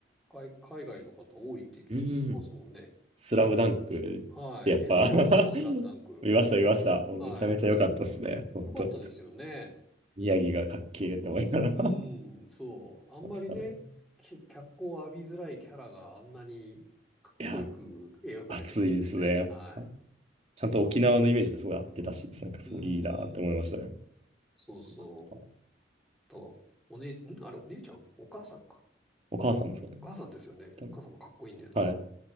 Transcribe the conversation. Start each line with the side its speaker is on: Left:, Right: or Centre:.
Centre: 海、海外の方多いって聞きますもんね。
Right: うーん。スラムダンクってやっぱ
Centre: はい。映画見られました、
Right: <laughs>
Centre: スラムダンク。
Right: 見ました、見ました。もうめちゃめちゃ良かったっすね。
Centre: はい。
Right: 本当。
Centre: よかったですよね。
Right: 宮城がかっけーって思いながら
Centre: うん、
Right: <laughs>
Centre: そう。あんまりね、
Right: 見ましたね。
Centre: き脚光を浴びづらいキャラがあんなにかっこよく描かれてましたよね。
Right: いや、熱いですね、やっぱ。
Centre: はい。
Right: ちゃんと沖縄のイメージとすごい合ってたし、なんかすごいいいなって思いましたね。
Centre: うん、そうそう。
Right: よかったな
Centre: と、お姉、んあれ、お姉ちゃんお母さんか。
Right: お母さんですかね。
Centre: お母さんですよね。
Right: 来たの
Centre: お母さんもかっこいいんだよ
Right: はい。